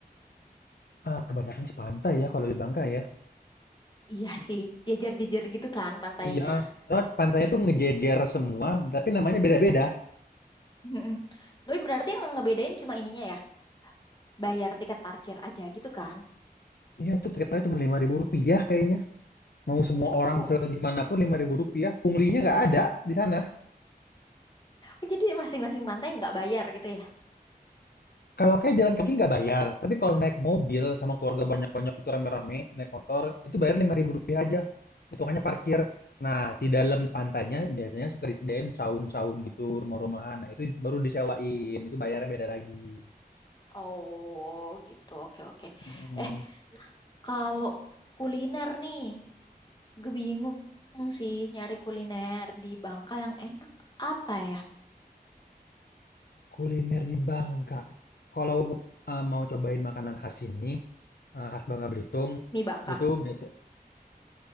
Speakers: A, on the left (about 75°); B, on the left (about 25°).
A: Ah, kebanyakan sih pantai ya kalau di Bangka ya.
B: Iya sih, jejer-jejer gitu kan pantainya.
A: Iya, soalnya pantainya tuh ngejejer semua, tapi namanya beda-beda.
B: Mm-mm. Tapi berarti yang ngebedain cuma ininya ya, bayar tiket parkir aja gitu kan?
A: Iya, itu tiketnya cuma lima ribu rupiah kayaknya. Mau semua orang
B: Oh.
A: segimanapun lima ribu rupiah. Punglinya nggak ada di sana.
B: Oh, Jadi masing-masing pantai nggak bayar gitu ya?
A: Kalau kayak jalan kaki nggak bayar, tapi kalau naik mobil sama keluarga banyak-banyak itu rame-rame, naik motor, itu bayar lima ribu rupiah aja. Hitungannya parkir. Nah, di dalam pantainya biasanya suka disediain saung-saung gitu, rumah-rumahan. Nah, itu baru disewain, itu bayarnya beda lagi.
B: Oh gitu, oke oke.
A: Mm.
B: Eh kalau kuliner nih, gue bingung sih nyari kuliner di Bangka yang enak apa ya?
A: Kuliner di Bangka, kalau, eee, mau cobain makanan khas sini, eee, khas Bangka Belitung,
B: Mie Bangka.
A: itu biasa